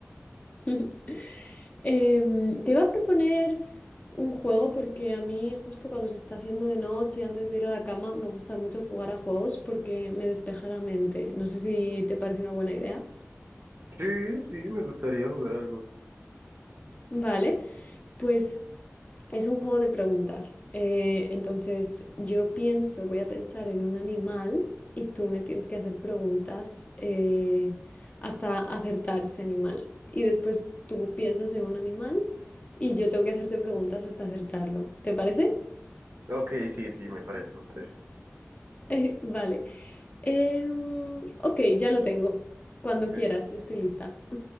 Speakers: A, on the left (about 30°); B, on the right (about 55°).
A: <laughs> Em, te iba a proponer un juego porque a mí justo cuando se está haciendo de noche, antes de ir a la cama, me gusta mucho jugar a juegos porque me despeja la mente. No sé si te parece una buena idea.
B: Sí, sí, me gustaría jugar algo.
A: Vale, pues Es un juego de preguntas. Eh, entonces, yo pienso, voy a pensar en un animal y tú me tienes que hacer preguntas eh, hasta acertar ese animal. Y después tú piensas en un animal y yo tengo que hacerte preguntas hasta acertarlo. ¿Te parece? <laughs>
B: Ok, sí, sí, me parece, me parece.
A: Eh, vale. Em, ok, ya lo tengo. Cuando
B: Eh,
A: quieras, yo estoy lista.